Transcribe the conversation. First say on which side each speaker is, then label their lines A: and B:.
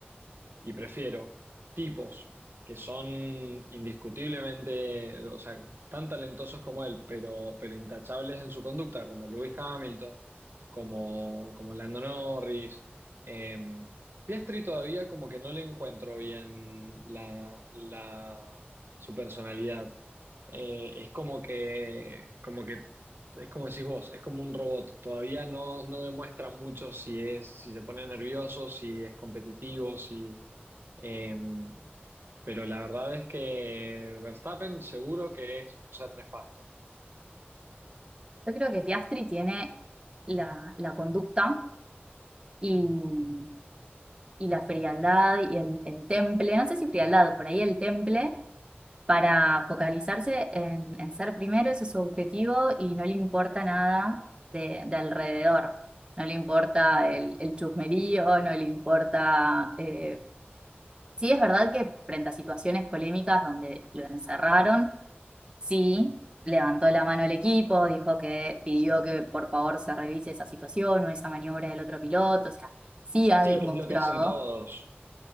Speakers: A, on the right; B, on the right.
A: Y prefiero tipos que son indiscutiblemente, o sea, tan talentosos como él, pero, pero intachables en su conducta, como Lewis Hamilton, como, como Lando Norris. Eh, Piastri todavía como que no le encuentro bien la, la- su personalidad. Eh, es como que, como que, es como decís vos, es como un robot. Todavía no, no demuestra mucho si es, si se pone nervioso, si es competitivo, si eh, pero la verdad es que Verstappen seguro que es un ser nefasto.
B: yo creo que Piastri tiene la, la conducta y, y la frialdad y el, el temple, no sé si frialdad, por ahí el temple para focalizarse en, en ser primero, ese es su objetivo y no le importa nada de, de alrededor. No le importa el, el chusmerío, no le importa... eh, Sí, es verdad que frente a situaciones polémicas donde lo encerraron, sí, levantó la mano el equipo, dijo que pidió que por favor se revise esa situación o esa maniobra del otro piloto, o sea, sí ha demostrado
A: Sí, que es lo que hacen todos.